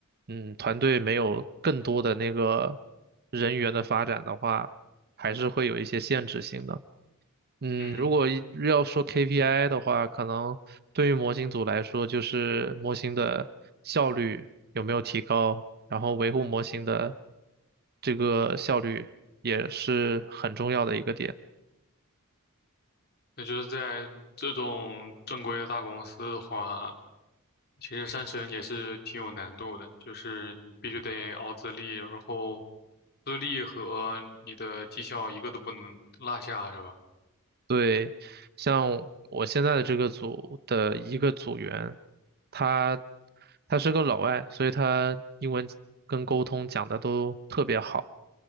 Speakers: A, on the right; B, on the left.
A: 嗯团队没有更多的那个人员的发展的话，还是会有一些限制性的。嗯，
B: 嗯。
A: 如果一要说 KPI 的话，可能对于模型组来说，就是模型的效率有没有提高，然后维护模型的这个效率也是很重要的一个点。
B: 那就是在这种正规的大公司的话，其实上升也是挺有难度的，就是你必须得熬资历，然后资历和你的绩效一个都不能落下，是吧？
A: 对，像我现在的这个组的一个组员，他他是个老外，所以他英文跟沟通讲的都特别好，